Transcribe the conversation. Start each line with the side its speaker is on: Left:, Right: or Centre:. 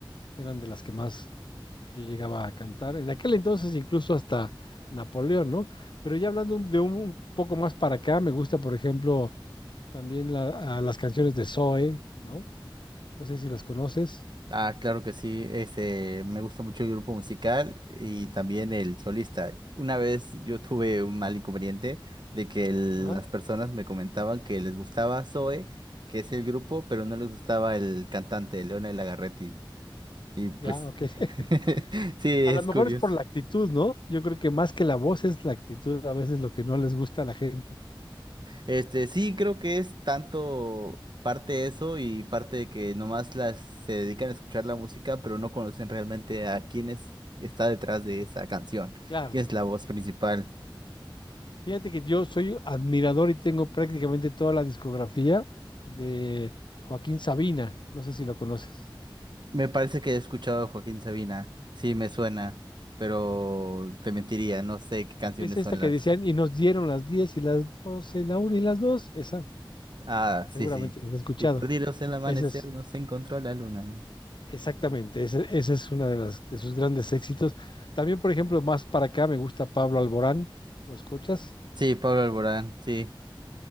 Left: eran de las que más yo llegaba a cantar. En aquel entonces incluso hasta Napoleón, ¿no? Pero ya hablando de un poco más para acá, me gusta, por ejemplo, también la, a las canciones de Zoe, ¿no? No sé si las conoces.
Right: Ah, claro que sí. Este, me gusta mucho el grupo musical y también el solista. Una vez yo tuve un mal inconveniente de que el-
Left: Ajá,
Right: las personas me comentaban que les gustaba Zoe, que es el grupo, pero no les gustaba el cantante, Leonel Lagarretti. Y pues,
Left: ya, ok.
Right: <laughs>
Left: <laughs>
Right: sí,
Left: A
Right: es
Left: lo mejor
Right: curioso.
Left: es por la actitud, ¿no? Yo creo que más que la voz es la actitud, a veces lo que no les gusta a la gente.
Right: Este, sí, creo que es tanto parte eso y parte de que nomás las se dedican a escuchar la música, pero no conocen realmente a quién es- está detrás de esa canción,
Left: Claro.
Right: quién es la voz principal.
Left: Fíjate que yo soy admirador y tengo prácticamente toda la discografía de Joaquín Sabina. No sé si lo conoces.
Right: Me parece que he escuchado a Joaquín Sabina, sí, me suena, pero te mentiría, no sé qué canciones
Left: Es esta
Right: son
Left: que
Right: las.
Left: decían, y nos dieron las 10 y las 12, la 1 y las dos Esa
Right: Ah,
Left: seguramente
Right: sí, sí.
Left: les he escuchado.
Right: Y perdidos en el amanecer,
Left: Esa es
Right: no se encontró la luna.
Left: exactamente, esa, esa es una de, las, de sus grandes éxitos. También, por ejemplo, más para acá me gusta Pablo Alborán, ¿lo escuchas?
Right: Sí, Pablo Alborán, sí.